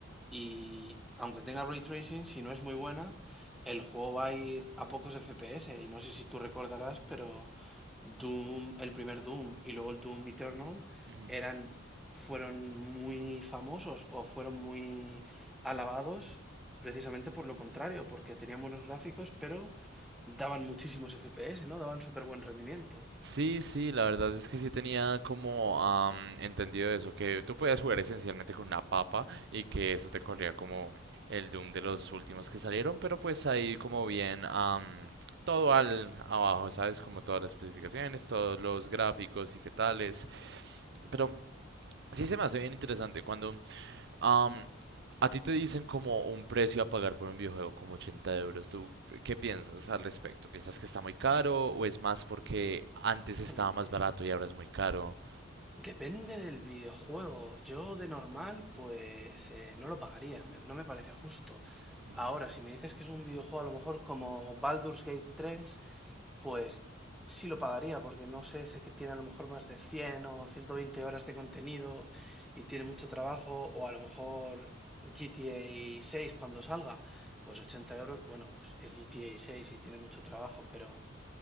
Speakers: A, in the centre; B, on the right (about 60°).
A: Y aunque tenga ray tracing, si no es muy buena, el juego va a ir a pocos FPS. Y no sé si tú recordarás, pero Doom, el primer Doom y luego el Doom Eternal
B: Ujú.
A: eran, fueron muy famosos o fueron muy alabados precisamente por lo contrario, porque tenían buenos gráficos, pero daban muchísimos FPS, ¿no? Daban súper buen rendimiento.
B: Sí, sí, la verdad es que sí tenía como am, entendido eso, que tú podías jugar esencialmente con una papa y que eso te corría como el Doom de los últimos que salieron, pero pues ahí como bien am, todo al abajo, ¿sabes? Como todas las especificaciones, todos los gráficos y qué tales. Pero sí se me hace bien interesante cuando am, a ti te dicen como un precio a pagar por un videojuego como 80 euros. ¿Tú qué piensas al respecto? ¿Piensas que está muy caro o es más porque antes estaba
A: Mm.
B: más barato y ahora es muy caro?
A: Depende del videojuego. Yo de normal, pues eh, no lo pagaría, me- no me parece justo.
B: Ujú.
A: Ahora, si me dices que es un videojuego a lo mejor como Baldur's Gate tres, pues sí lo pagaría, porque no sé, sé que tiene a lo mejor más de 100 o 120 horas de contenido y tiene mucho trabajo, o a lo mejor GTA seis cuando salga, pues 80 euros, bueno, pues es GTA seis y tiene mucho trabajo, pero